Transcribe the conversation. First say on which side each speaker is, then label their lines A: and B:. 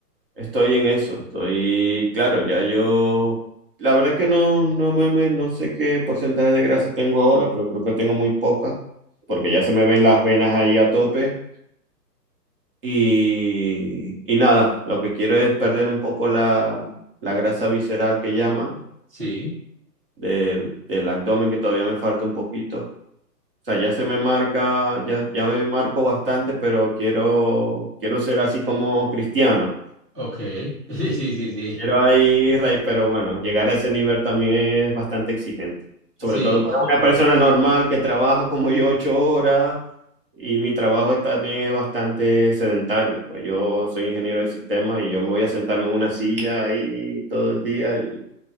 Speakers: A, on the right; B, on the right.
A: Estoy en eso, estoy, claro, ya yo, la verdad es que no, no me, me- no sé qué porcentaje de grasa tengo ahora, pero creo que tengo muy poca, porque ya se me ven las venas ahí a tope y, y nada, lo que quiero es perder un poco la, la grasa visceral que llaman
B: Sí.
A: del, del abdomen que todavía me falta un poquito. O sea, ya se me marca, ya, ya me marco bastante, pero quiero, quiero ser así como Cristiano.
B: Ok. <laughs> Sí, sí, sí.
A: Quiero ahí, Rey, pero bueno, llegar a ese nivel también es bastante exigente. Sobre
B: Sí,
A: todo para una persona normal que trabaja como yo ocho horas y mi trabajo es- también es bastante sedentario. Pues yo soy ingeniero de sistemas y yo me voy a sentarme en una silla ahí todo el día y